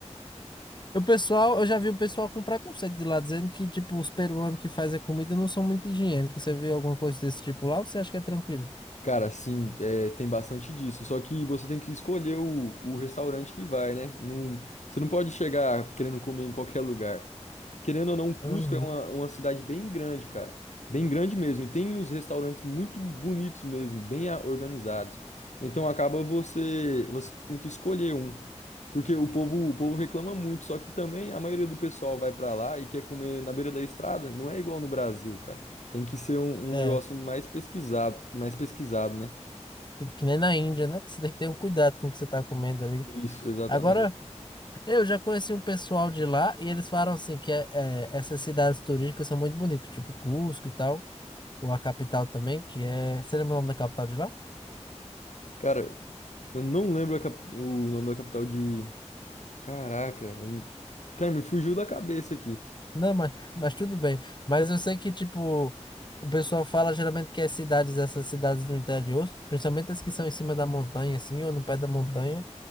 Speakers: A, on the left; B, on the left.
A: O pessoal, eu já vi o pessoal com preconceito de lá, dizendo que, tipo, os peruanos que fazem comida não são muito higiênicos. Você viu alguma coisa desse tipo lá ou você acha que é tranquilo?
B: Cara, sim, é, tem bastante disso. Só que você tem que escolher o, o restaurante que vai, né? Não, você não pode chegar querendo comer em qualquer lugar. Querendo ou não, Cusco
A: Uhum.
B: é uma, uma cidade bem grande, cara. Bem grande mesmo. E tem uns restaurantes muito bonitos mesmo, bem a- organizados. Então acaba você, você tendo que escolher um. Porque o povo, o povo reclama muito, só que também a maioria do pessoal vai pra lá e quer comer na beira da estrada, não é igual no Brasil, cara. Tem que ser um, um
A: É.
B: negócio mais pesquisado, mais pesquisado, né?
A: Que que nem na Índia, né? Você tem que ter um cuidado com o que você está comendo ali.
B: Isso, exatamente.
A: Agora, eu já conheci um pessoal de lá e eles falaram assim que é, é, essas cidades turísticas são muito bonitas, tipo Cusco e tal, ou a capital também, que é. Você lembra o nome da capital de lá?
B: Cara, eu não lembro a cap- o nome da capital de. Caraca, eu não- cara, me fugiu da cabeça aqui.
A: Não, mas, mas tudo bem. Mas eu sei que, tipo, o pessoal fala geralmente que as cidades, essas cidades do interior, principalmente as que são em cima da montanha, assim, ou no pé da montanha,